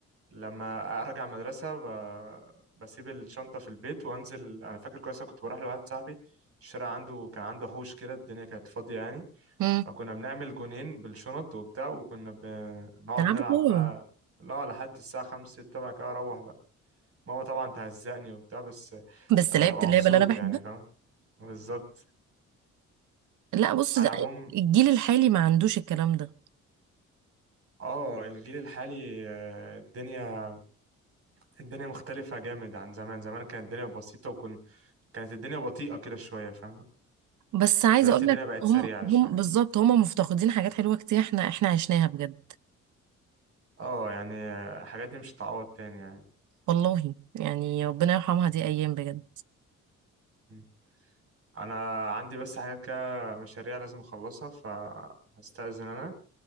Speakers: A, on the right (about 50°); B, on the right (about 75°).
A: لما ارجع مدرسه ب... بسيب الشنطه في البيت وانزل انا فاكر كويس أنا كنت بروح لواحد صاحبي الشارع عنده كان عنده حوش كده الدنيا كانت فاضيه يعني
B: امم
A: فكنا بنعمل جونين بالشنط وبتاع وكنا بنقعد
B: يلعبوا
A: نلعب
B: كوره
A: بقى لا لحد الساعه 5 6 بقى كده اروح بقى ماما طبعا تهزقني وبتاع بس
B: بس
A: انا
B: لعبت
A: ببقى مبسوط
B: اللعبة اللي انا بحبها
A: يعني فاهم بالظبط
B: لا بص
A: على
B: ده
A: العموم
B: الجيل الحالي ما عندوش الكلام ده
A: اه الجيل الحالي آه، الدنيا الدنيا مختلفة جامد عن زمان زمان كانت الدنيا بسيطة وكن كانت الدنيا بطيئة كده شوية فاهم
B: بس عايزة
A: دلوقتي
B: اقول
A: الدنيا
B: لك
A: بقت
B: هم
A: سريعة شوية
B: هم بالظبط هم مفتقدين حاجات حلوة كتير احنا احنا عشناها بجد
A: اه يعني الحاجات دي مش هتعوض تاني يعني
B: والله يعني ربنا يرحمها دي ايام بجد
A: م. انا عندي بس حاجات كده مشاريع لازم اخلصها فهستأذن انا